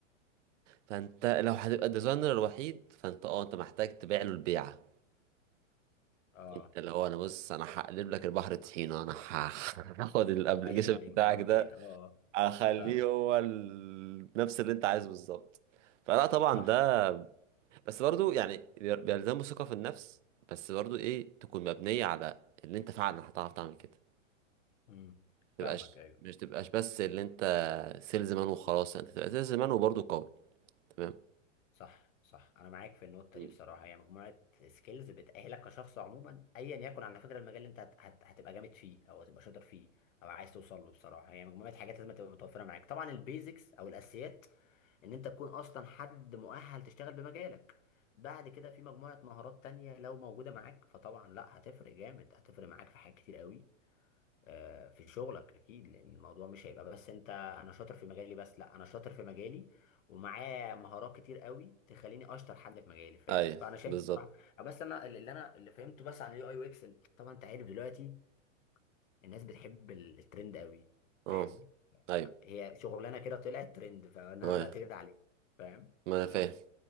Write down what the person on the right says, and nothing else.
فانت لو هتبقى الديزاينر الوحيد فانت اه انت محتاج تبيع له البيعه
انت اللي هو انا بص انا هقلب لك البحر طحينه انا ه- <laughs> هاخد الابلكيشن
بتاعك
ده
اخليه
هو ال... نفس اللي انت عايزه بالظبط فلا طبعا
ده بس برضو يعني بي- بيلزمه ثقه في النفس بس برضو ايه تكون مبنيه على اللي انت فعلا هتعرف تعمل كده
تبقاش
مش تبقاش بس اللي انت سيلز مان وخلاص انت تبقى سيلز مان وبرضو قوي تمام
م.
ايوه
بالظبط
اه
ايوه
اه
ما انا فاهم